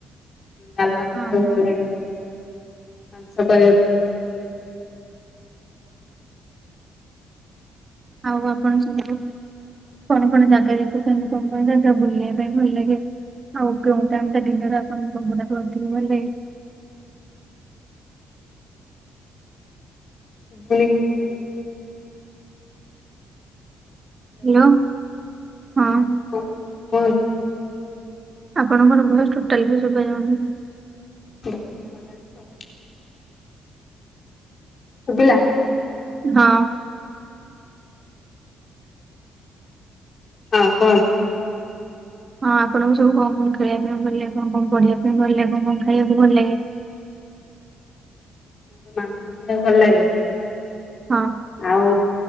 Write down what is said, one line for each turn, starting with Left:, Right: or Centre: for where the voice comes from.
Left: ଡାଲମା କରିବାକୁ
Right: ହଁ ହଁ
Left: ଭଲ ଲାଗେ। ମାଂସ କରିବାକୁ ଭ
Right: ଆଉ ଆପଣ ସମ ରୁ କଣ କଣ ଜାଗା ଦେଖିଚନ୍ତି, କଣ କଣ ଜାଗା ବୁଲିବା ପାଇଁ ଭଲ ଲାଗେ। ଆଉ କେଉ ଟାଇମ ଟା ଡିନ ର ଆପଣ ସବୁଠାରୁ ଅଧିକ ଭଲଲାଗେ।
Left: <unintelligible> <inaudible>
Right: ହାଲୋ ହଁ।
Left: ହୋ ହୋଇ।
Right: ଆପଣଙ୍କର ଭଏସ ଟୋଟାଲି ବି ସୁଭା ଯାଉନି।
Left: ବର୍ଷା ହେଲାଣି ତ ଶୁବିଲା
Right: ହଁ
Left: ହଁ କୁହନ୍ତୁ।
Right: ହଁ ଆପଣଙ୍କୁ ସବୁ କଣ କଣ ଖେଳିବା ପାଇଁ ଭଲ ଲାଗ? କଣ କଣ ପଢିବା ପାଇଁ ଭଲ ଲାଗେ? କଣ କଣ ଖାଇବାକୁ ଭଲ ଲାଗେ?
Left: ମତେ ମାଂସ ଖାଇବାକୁ ଭଲ ଲାଗେ।
Right: ହଁ
Left: ଆଉ